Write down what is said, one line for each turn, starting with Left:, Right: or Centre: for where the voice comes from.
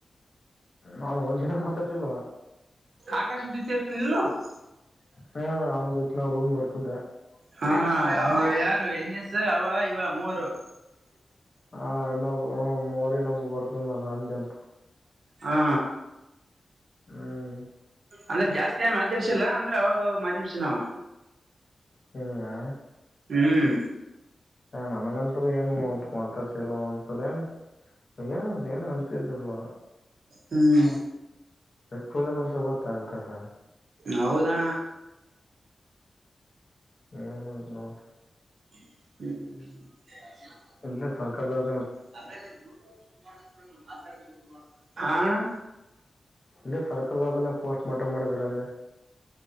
Left: ನಾನು ಒನ್ ಚಿಟಕ ಮಾತಾಡ್ಸಲ್ವಾ? <unintelligible>
Right: ಆಕಾಶ ಜೊತೆ ಇರ್ತನಿ ನಿಲ್ಲು. <unintelligible>
Left: ಹಾ ಅವನ ಜೊತೆ ನಾವ ರೂಮ್ ಬರ್ತಿದ್ದೆ. <unintelligible>
Right: ಹಾ ಅವ ಯಾರು ಎಣಸ್ ಅವ ಇವ ಮೂವರು. <unintelligible>
Left: ಹಾ ಇನ್ನೊಬ್ ಹ ಮೋರಿ ಇನ್ನೊಬ್ ಬರ್ತನಲ್ಲ ಅಲ್ಲಂತ
Right: ಹಾ
Left: ಹ್ಮ್
Right: ಅಂದ್ರೆ ಜಾಸ್ತಿಯನ್ ಮಾತಾಡ್ಸಿಲ್ಲ ಅಂದ್ರೆ ಅವಾಗ ಮಾತಾಡ್ಸೀನವ
Left: ಹೂಂ ಆ
Right: ಹ್ಮ್
Left: ಹ ನನ್ಗಂತ್ರೂ ಏನ್ ಕಾಂಟ್ಯಾಕ್ಟ್ಸ್ ಇಲ್ಲ ಒಂದ್ಸಲೆ ಏನದ್ ಏನ ಅಂತಿದ್ರಲ್ಲ
Right: ಹ್ಮ್
Left: ಎಟ್ಟೊಳ್ಳೆ ಮನ್ಷ ಗೊತ್ತಾ ವಿಕಾಸ
Right: ಹೌದಣ್ಣ
Left: ಹ್ಮ ಮಂಜ್ನೋಡ
Right: ಹ್ಮ್
Left: ಇಲ್ಲೇ ಸರ್ಕಲ್ದಾಗ
Right: <unintelligible> ಆ ಅಣಾ
Left: ಇಲ್ಲೇ ಸರ್ಕಲ್ದಾಗನ ಪೋಸ್ಟ್ ಮಾರ್ಟಮ್ ಮಾಡಿದ್ರ ಅಂದೆ